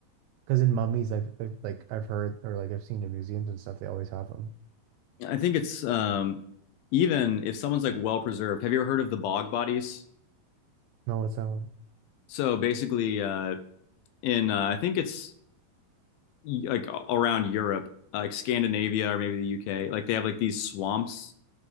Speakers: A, on the right (about 80°); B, on the left (about 80°).
A: Because in mummies, I've, I've like I've heard or like I've seen in museums and stuff, they always have them.
B: I think it's um, even if someone's like well preserved. Have you ever heard of the bog bodies?
A: No, what's that one?
B: So basically, uh, in uh, I think it's like around Europe, uh, like Scandinavia or maybe the UK, like they have like these swamps,